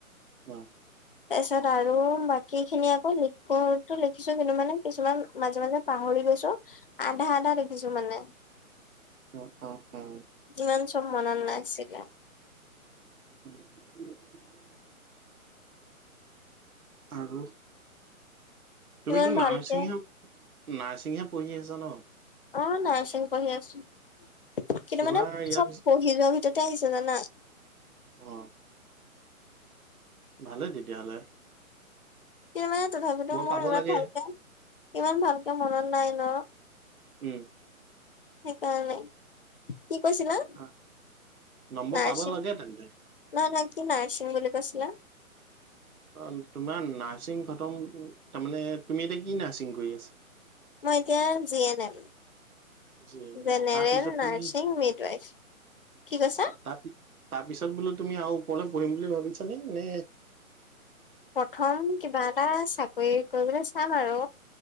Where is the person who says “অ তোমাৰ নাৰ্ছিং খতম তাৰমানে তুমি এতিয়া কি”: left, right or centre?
Right